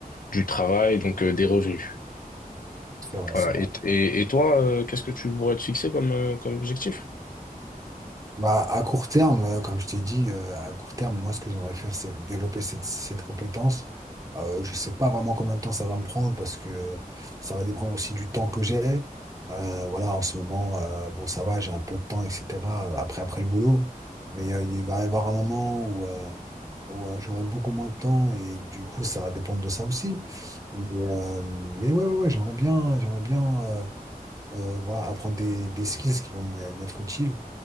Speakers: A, on the left; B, on the right.
A: du travail, donc euh, des revenus.
B: C'est vrai,
A: Voilà.
B: c'est vrai.
A: Et et, et toi, euh, qu'est-ce que tu pourrais te fixer comme euh, comme objectif?
B: Bah, à court terme, euh, comme je t'ai dit, euh, à court terme, moi, ce que j'aimerais faire, c'est développer cette, cette compétence. Euh, je sais pas vraiment combien de temps ça va me prendre parce que euh, ça va dépendre aussi du temps que j'ai. Euh, voilà, en ce moment, euh, bon, ça va, j'ai un peu de temps, etc. euh, Après, après le boulot. Mais euh, il va y avoir un moment où, euh, où, euh, j'aurai beaucoup moins de temps et du coup, ça va dépendre de ça aussi. Mais, euh, mais ouais, ouais, ouais, j'aimerais bien, j'aimerais bien. euh, euh, voilà, apprendre des, des skills qui vont m- m'être utiles